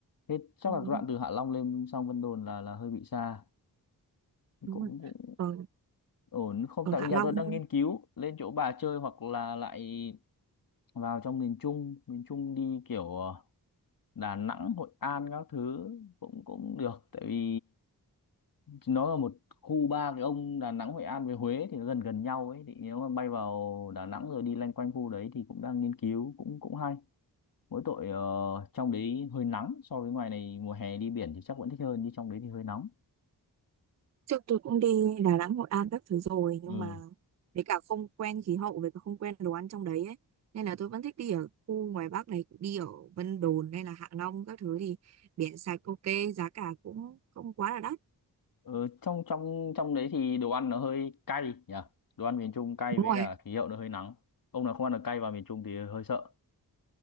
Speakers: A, on the left; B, on the right.
A: thế chắc
B: đúng
A: là đoạn
B: rồi.
A: từ Hạ Long lên sang Vân Đồn là là hơi bị xa
B: Đúng
A: cũng
B: rồi.
A: cũng
B: Ờ,
A: ổn không
B: ở
A: tại
B: Hạ
A: vì nhà
B: Long
A: tôi đang nghiên cứu lên chỗ bà chơi hoặc là lại vào trong miền Trung miền Trung đi kiểu ờ, Đà Nẵng Hội An các thứ cũng cũng được tại vì nó là một khu ba cái ông Đà Nẵng Hội An với Huế thì nó gần gần nhau ấy thì nếu mà bay vào Đà Nẵng rồi đi loanh quanh khu đấy thì cũng đang nghiên cứu cũng cũng hay mỗi tội ờ, trong đấy hơi nắng so với ngoài này mùa hè đi biển thì chắc vẫn thích hơn nhưng trong đấy thì hơi nóng
B: trước tôi cũng đi Đà Nẵng Hội An các thứ rồi nhưng
A: ừ.
B: mà với cả không quen khí hậu với cả không quen đồ ăn trong đấy ấy. Nên là tôi vẫn thích đi ở khu ngoài Bắc này đi ở Vân Đồn hay là Hạ Long các thứ thì biển sạch ok giá cả cũng không quá là đắt
A: Ờ, trong trong trong đấy thì đồ ăn nó hơi cay nhỉ đồ ăn miền Trung cay
B: đúng
A: với
B: rồi
A: cả khí hậu nó hơi nắng ông nào không ăn được cay vào miền Trung thì hơi sợ